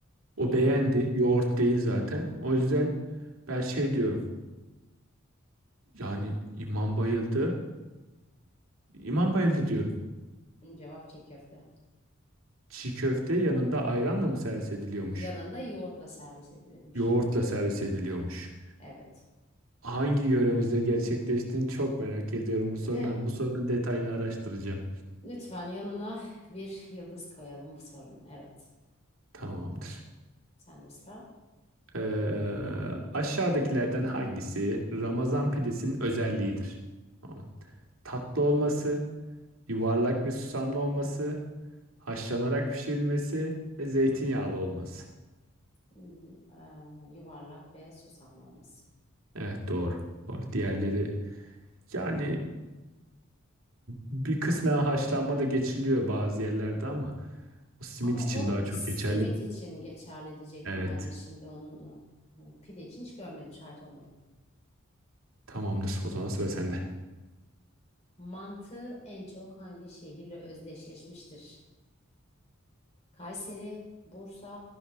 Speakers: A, on the left; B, on the right.
A: E,
B: O beğendi.
A: yok.
B: Yoğurt değil zaten. O yüzden ben şey diyorum. Yani imam bayıldı. İmam bayıldı diyorum.
A: Cevap çiğ köfte.
B: Çiğ köfte yanında ayranla mı servis ediliyormuş?
A: Yanında yoğurtla servis edilirmiş.
B: Yoğurtla servis ediliyormuş.
A: Evet.
B: Hangi yöremizde gerçekleştiğini çok merak ediyorum bu sorunun.
A: E,
B: Bu sorunun detayını araştıracağım.
A: lütfen yanına bir yıldız koyalım bu sorunun. Evet.
B: Tamamdır.
A: Sende sıra.
B: Ee, aşağıdakilerden hangisi Ramazan pidesinin özelliğidir? Tamam. Tatlı olması, yuvarlak ve susamlı olması, haşlanarak pişirilmesi ve zeytinyağlı olması.
A: Hmm, e, yuvarlak ve susamlı olması.
B: Evet doğru. Doğru. Diğerleri yani bir kısmen haşlanma da geçiliyor bazı yerlerde ama o simit
A: Ama
B: için
A: o
B: daha çok
A: simit
B: geçerli.
A: için geçerli diyecektim
B: Evet.
A: ben de şimdi onun o, e, pide için hiç görmedim, şahit olmadım.
B: Tamamdır. O zaman sıra sende.
A: Mantığı en çok hangi şehirle özdeşleşmiştir? Kayseri, Bursa,